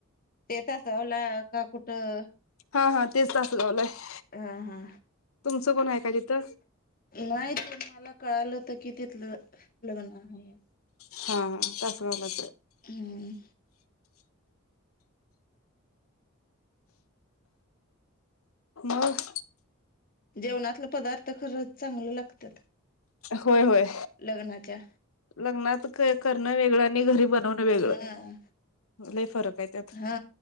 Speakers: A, on the left; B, on the left.
A: ते तसावला का कुठं
B: हा हा तेच तसवला आहे.
A: हम हा
B: तुमचं कोण आहे का तिथं
A: नाही ते मला कळालं होत कि तिथलं लग्न आहे
B: हा हा तसच बसायचं.
A: हम्म
B: मग.
A: जेवणातलं पदार्थ खरंच चांगलं लागतात.
B: होय-होय
A: लग्नाच्या
B: लग्नात करणं वेगळं आणि घरी ब बनवणं वेगळ
A: हा
B: लई फरक. आहे त्यात
A: हा